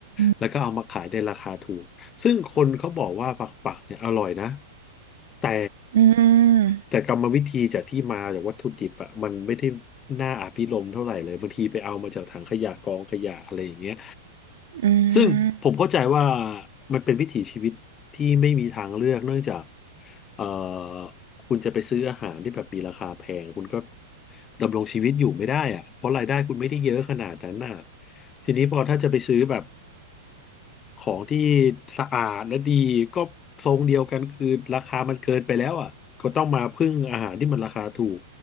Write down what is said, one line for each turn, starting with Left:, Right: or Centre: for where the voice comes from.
Left: แล้วก็เอามาขายในราคาถูก
Right: ม
Left: ซึ่งคนเขาบอกว่าปักปักเนี่ยอร่อยนะแต่
Right: อืม
Left: แต่กรรมวิธีจากที่มาจากวัตถุดิบอ่ะมันไม่ได้น่าอภิรมย์เท่าไหร่เลยบางทีไปเอามาจากถังขยะกองขยะอะไรอย่างเงี้ย
Right: อื
Left: ซึ่งผมเข้าใจว่า
Right: ม
Left: มันเป็นวิถีชีวิตที่ไม่มีทางเลือกเนื่องจากเอ่อคุณจะไปซื้ออาหารที่แบบมีราคาแพงคุณก็ดำรงชีวิตอยู่ไม่ได้อะเพราะรายได้คุณไม่ได้เยอะขนาดนั้นน่ะทีนี้พอถ้าจะไปซื้อแบบ ของที่สะอาดและดีก็ทรงเดียวกันคือราคามันเกินไปแล้วอ่ะก็ต้องมาพึ่งอาหารที่มันราคาถูก